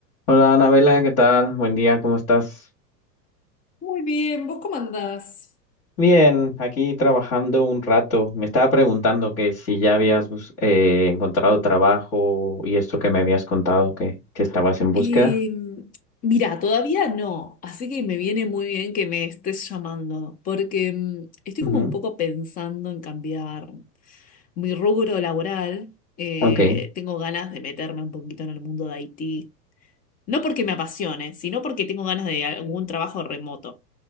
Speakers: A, on the left (about 40°); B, on the left (about 20°).
A: Hola Anabela, ¿qué tal? Buen día, ¿cómo estás?
B: Muy bien, ¿vos cómo andás?
A: Bien, aquí trabajando un rato. Me estaba preguntando que si ya habías bus- eh, encontrado trabajo y esto que me habías contado que, que estabas en búsqueda.
B: Eh, mira, todavía no, así que me viene muy bien que me estés llamando, porque mm, estoy
A: Ujú.
B: como un poco pensando en cambiar mi rubro laboral. Eh,
A: Ok,
B: tengo ganas de meterme un poquito en el mundo de IT, no porque me apasione, sino porque tengo ganas de algún trabajo remoto.